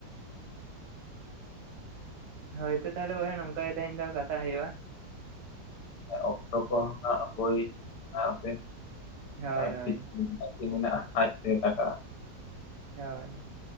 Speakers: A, on the right; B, on the left.
A: ᱦᱳᱭᱛᱳ ᱛᱟᱦᱚᱞᱮ ᱵᱚᱭᱦᱟ ᱱᱚᱝᱠᱟ ᱜᱮ ᱛᱮᱦᱮᱧ ᱫᱚ ᱠᱟᱛᱷᱟ ᱦᱩᱭᱩᱜᱭᱼᱟ᱾
B: ᱚᱠᱛᱚ ᱠᱚ ᱦᱚᱸ ᱱᱷᱟᱜ ᱦᱩᱭ ᱟᱯᱮ
A: ᱦᱳᱭ
B: ᱟᱨᱠᱤ
A: ᱦᱳᱭ
B: <unintelligible> ᱢᱮᱱᱟᱜᱼᱟ ᱟᱡᱛᱮ ᱠᱟᱴᱟᱜᱼᱟ᱾
A: ᱦᱳᱭ‌᱾